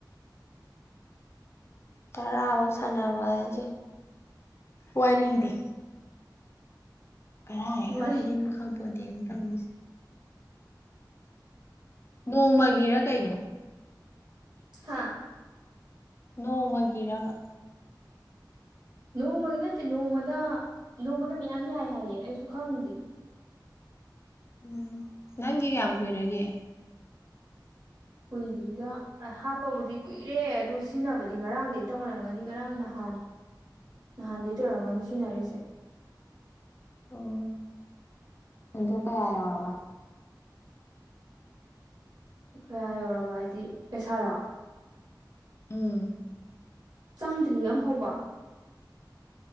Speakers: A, on the left (about 35°); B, on the right (about 60°).
A: ꯇꯔꯥꯕꯧ ꯁꯥꯟꯅꯕ ꯍꯥꯏꯁꯦ ꯋꯥꯔꯤꯗꯤ ꯀꯔꯥꯏ ꯀꯗꯥꯏꯗꯩꯅꯣ
B: ꯋꯥꯔꯤ
A: ꯈꯪꯄꯣꯠꯇꯦ ꯇꯧꯔꯤꯁꯦ꯫ ꯅꯣꯡꯃꯒꯤꯔ ꯀꯩꯩꯅꯣ?
B: ꯍꯥꯥ
A: ꯅꯣꯡꯃꯒꯤꯔꯕ?
B: ꯅꯣꯡꯃꯒꯤ ꯅꯠꯇꯦ ꯅꯣꯡꯃꯗ ꯅꯣꯡꯃꯗ ꯃꯌꯥꯝ ꯌꯥꯏ ꯍꯥꯏꯌꯦ ꯑꯩꯁꯨ ꯈꯪꯗꯦ꯫
A: ꯎꯝ ꯅꯪꯒꯤ ꯀꯌꯥꯝ ꯀꯨꯏꯔꯒꯦ?
B: ꯀꯨꯏꯗ꯭ꯔꯤꯗ ꯍꯥꯞꯄꯕꯨꯗꯤ ꯀꯨꯏꯔꯦ ꯑꯗꯨ ꯁꯤꯖꯤꯟꯅꯕꯗꯤ ꯉꯔꯥꯡꯗꯩ ꯇꯪ ꯑꯣꯏꯔꯝꯒꯅꯤ ꯉꯔꯥꯡꯅ ꯍꯥꯞ <unintelligible> ꯅꯍꯥꯟꯗꯩ ꯇꯧꯔꯝꯒꯅꯤ ꯁꯤꯟꯅꯔꯤꯁꯦ꯫
A: ꯎꯝ ꯑꯗꯨ ꯀꯌꯥ ꯌꯧꯔꯕ?
B: ꯀꯌꯥ ꯌꯧꯔꯕ ꯍꯥꯏꯗꯤ ꯄꯩꯁꯥꯔꯣ?
A: ꯎꯝ
B: ꯆꯪꯗ꯭ꯔꯤ ꯑꯝ ꯐꯥꯎꯕ꯫